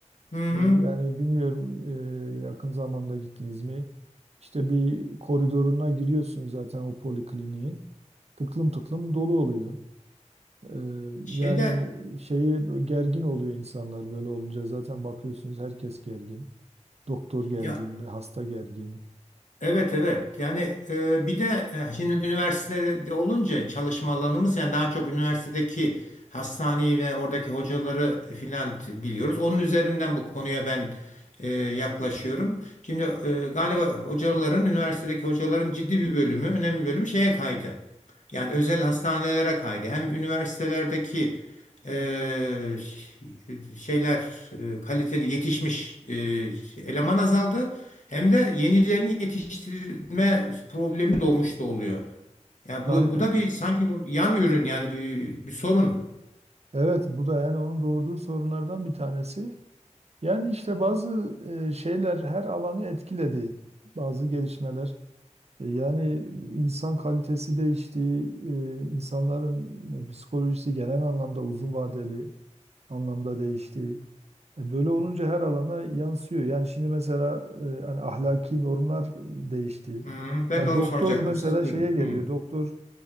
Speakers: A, on the left; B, on the right.
A: hı hı.
B: Ee, yani bilmiyorum e, yakın zamanda gittiniz mi? İşte bir koridoruna giriyorsun zaten o polikliniğin. Tıklım tıklım dolu oluyor. Ee,
A: Şeyde
B: yani şeye bö- gergin oluyor insanlar böyle olunca zaten bakıyorsunuz herkes gergin. Doktor gergin,
A: ya
B: hasta gergin.
A: Evet evet yani e, bir de e, şimdi üniversitede olunca çalışma alanımız yani daha çok üniversitedeki hastaneyi ve oradaki hocaları filan t- biliyoruz. Onun üzerinden bu konuya ben e, yaklaşıyorum. Şimdi e, galiba hocaların üniversitedeki hocaların ciddi bir bölümü önemli bir bölümü şeye kaydı. Yani özel hastanelere kaydı. Hem üniversitelerdeki e, ş- şeyler e, kaliteli yetişmiş e, eleman azaldı. Hem de yenilerini yetiştirme problemi doğmuş da oluyor. Ya
B: Aynen.
A: bu, bu da bir sanki bu yan ürün yani bir, bir sorun.
B: Evet bu da yani onun doğurduğu sorunlardan bir tanesi. Yani işte bazı e, şeyler her alanı etkiledi. Bazı gelişmeler. E, Yani insan kalitesi değişti. e, insanların psikolojisi genel anlamda uzun vadeli anlamda değişti. E, Böyle olunca her alana yansıyor. Yani şimdi mesela e, hani ahlaki normlar değişti.
A: Hı, ben
B: Ya
A: de onu
B: doktor
A: soracaktım.
B: mesela
A: Siz buyurun.
B: şeye geliyor.
A: Hı.
B: Doktor